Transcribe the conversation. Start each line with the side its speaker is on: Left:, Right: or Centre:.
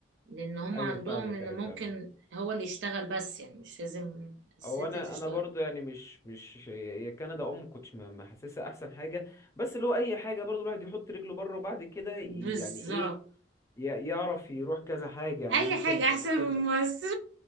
Right: لان هم
Left: ايوه
Right: عندهم
Left: فاهمك
Right: ان
Left: ايوه
Right: ممكن
Left: فاهمك
Right: هو اللي يشتغل بس يعني مش لازم الست
Left: او انا
Right: تشتغل
Left: انا برضو يعني مش مش هي كندا ام كنتش ما ما حاسسها احسن حاجة بس لو اي حاجة برضو الواحد يحط رجله بره وبعد كده ي-
Right: بالظبط
Left: يعني ايه ي- يعرف يروح كذا حاجة يعني
Right: اي
Left: ممكن
Right: حاجة
Left: بعد
Right: احسن
Left: كده
Right: من مصر